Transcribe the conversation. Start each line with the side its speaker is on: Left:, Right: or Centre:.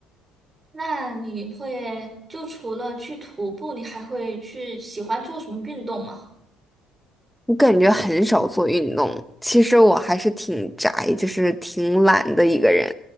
Right: 那你会，就除了去徒步，你还会去喜欢做什么运动吗？
Centre: 我感觉很少做运动，其实我还是挺宅，就是挺懒的一个人。